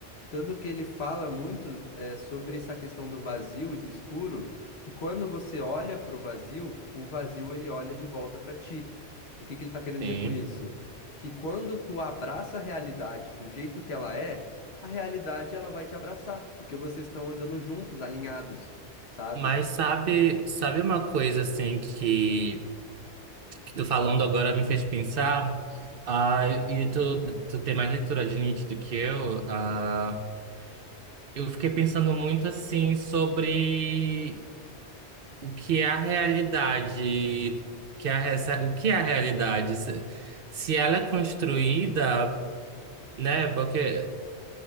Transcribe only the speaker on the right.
sim.
Mas sabe, sabe uma coisa assim que, que tu falando agora me fez pensar? Ah, e tu, tu tem mais leitura de Nietzsche do que eu? Ah, eu fiquei pensando muito assim sobre o que é a realidade, que é a, essa- o que é a realidade? Se, se ela é construída. Né? Porque,